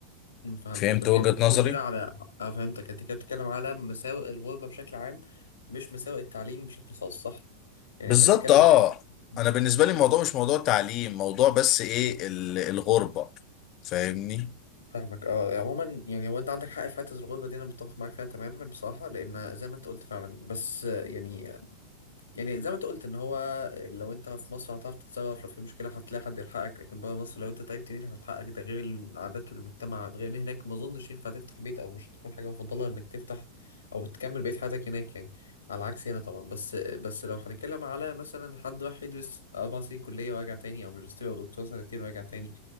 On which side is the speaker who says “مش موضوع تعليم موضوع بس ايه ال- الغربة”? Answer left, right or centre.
Left